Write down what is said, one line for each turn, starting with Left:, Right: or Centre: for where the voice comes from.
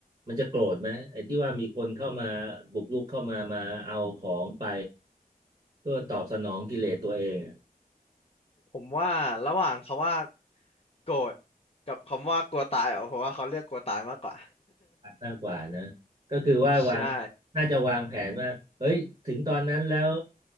Right: มันจะโกรธไหมไอที่ว่ามีคนเข้ามาบุกรุกเข้ามามาเอาของไปเพื่อตอบสนองกิเลสตัวเองอะ
Left: ผมว่าระหว่างคำว่าโกรธกับคำว่ากลัวตายอ่ะผมว่าเขาเลือกกลัวตายมากกว่า
Right: มากกว่านะก็คือว่าวาง
Left: <laughs> ใช่
Right: น่าจะวางแผนว่าเฮ้ยถึงตอนนั้นแล้ว